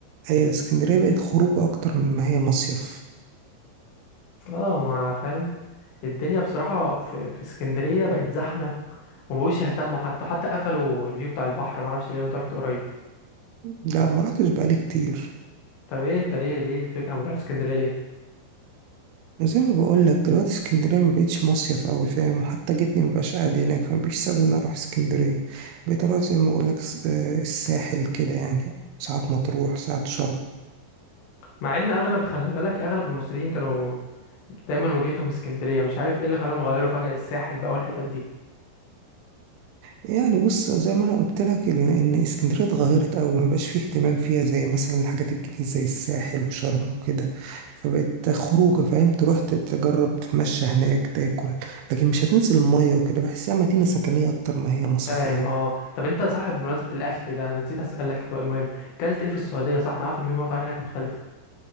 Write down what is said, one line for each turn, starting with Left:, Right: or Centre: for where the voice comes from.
Right: هي اسكندرية بقت خروج أكتر من ما هي مصيف
Left: اه ما فاهم الدنيا بصراحه في في اسكندريه بقت زحمه وما بقوش يهتموا حتى حتى قفلوا الفيو بتاع البحر ما اعرفش ليه انت رحت قريب
Right: لا ما رحتش بقالي كتير
Left: طب ايه انت ليه ليه الفكره ما تروحش اسكندريه ليه
Right: زي ما بقولك دلوقتي اسكندرية ما بقتش مصيف أوي فاهم حتى جدني مبقاش قاعد هناك فما بيش سبب إن أنا أروح اسكندرية بقيت أروح زي ما بقولك س- آه، الساحل كده يعني ساعات مطروح ساعات شرم
Left: مع ان اغلب خلي بالك اغلب المصريين كانوا دايما وجهتهم اسكندريه مش عارف ايه اللي خلاهم غيروا فجاه للساحل بقى والحتت دي
Right: يعني بص زي ما انا قلت لك ان إن اسكندريه اتغيرت قوي ما بقاش فيه اهتمام فيها زي مثلا الحاجات الجديده زي الساحل وشرم وكده فبقت خروجه فاهم تروح تجرب تتمشى هناك تاكل لكن مش هتنزل الميه وكده بحسها مدينه سكنيه اكتر ما هي مصيفيه
Left: فاهم اه طب انت صاحب بمناسبه الاكل ده انا نسيت اسالك هو المهم كلت ايه في السعوديه صح انا عارف ان في مطاعم هناك مختلفه